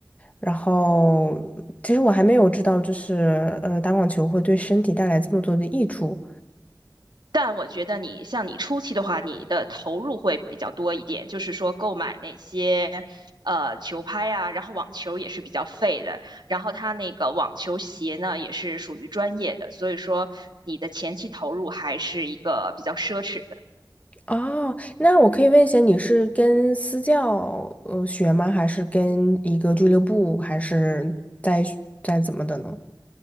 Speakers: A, on the left (about 20°); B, on the right (about 80°).
A: 然后，其实我还没有知道，就是呃，打网球会对身体带来这么多的益处。
B: 但我觉得你像你初期的话，你的投入会比较多一点，就是说购买那些呃球拍啊，然后网球也是比较费的，然后它那个网球鞋呢也是属于专业的，所以说你的前期投入还是一个比较奢侈的。
A: 哦，那我可以问一下，你是跟私教呃学吗？还是跟一个俱乐部，还是在在怎么的呢？